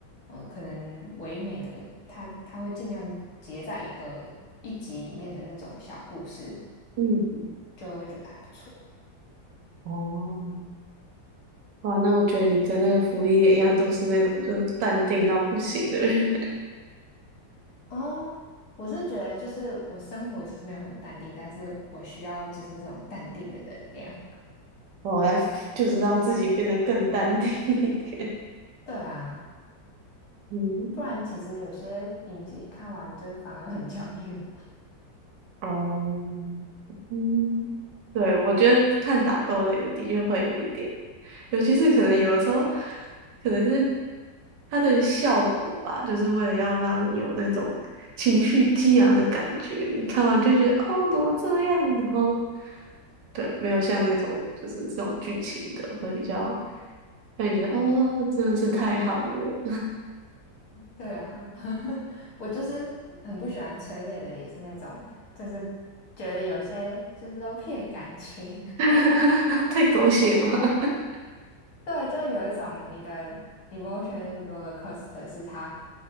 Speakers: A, on the left (about 60°); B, on the right (about 75°).
A: 嗯、呃可能唯美的，他他会尽量结在一个一集里面的那种小故事，
B: 嗯，
A: 就会觉得还不错。
B: 哦，哇，那我觉得你跟那个福利点一样，都是那种就是淡定到不行的人。
A: 哦，我是觉得就是我生活其实没有很淡定，但是我需要就是这种淡定的能量。
B: <laughs> 我来就是让自己变得更淡定一点。
A: 对啊，
B: 嗯
A: 不然其实有些影集看完就是反而很焦虑。
B: 哦，嗯，对，我觉得看打斗类的的确会有一点。尤其是可能有的时候，可能是它的效果吧，就是为了要让你有那种情绪激昂的感觉。你看完就会觉得哦，怎么这样？然后对，没有像那种就是这种剧情的会比较觉得哦，真的是太好了，
A: 对啊，<laughs> 我就是很不喜欢催泪的，也是那种，就是觉得有些就是都骗感情。
B: <laughs>
A: <laughs>
B: 太狗血嘛。<laughs>
A: 对，就是有一种你的 emotion roller coaster 是它